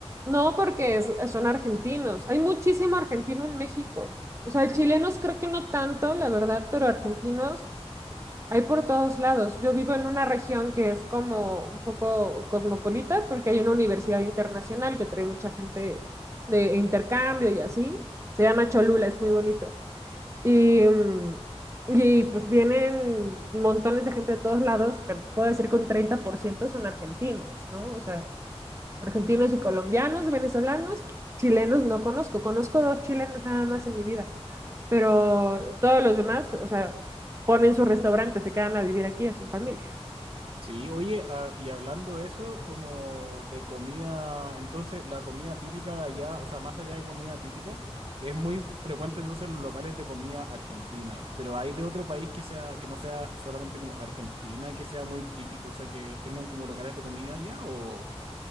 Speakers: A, on the right; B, on the right.
A: no porque es- son argentinos. Hay muchísimo argentino en México. O sea, chilenos creo que no tanto, la verdad, pero argentinos. Hay por todos lados. Yo vivo en una región que es como un poco cosmopolita porque hay una universidad internacional que trae mucha gente de intercambio y así. Se llama
B: Ah.
A: Cholula, es muy bonito. Y, mm, y pues vienen montones de gente de todos lados, pero te puedo decir que un 30% son argentinos, ¿no? O sea, argentinos y colombianos, venezolanos, chilenos no conozco. Conozco dos chilenos nada más en mi vida pero todos los demás, o sea, ponen sus restaurantes, se quedan a vivir aquí, hacen familia.
B: Sí, oye, ah, y hablando de eso, como de comida, entonces la comida típica de allá, o sea, más allá de comida típica, es muy frecuente entonces en los locales de comida argentina, pero hay de otro país que sea, que no sea solamente como Argentina, que sea muy típico, o sea, que tengan como locales de comida allá, o,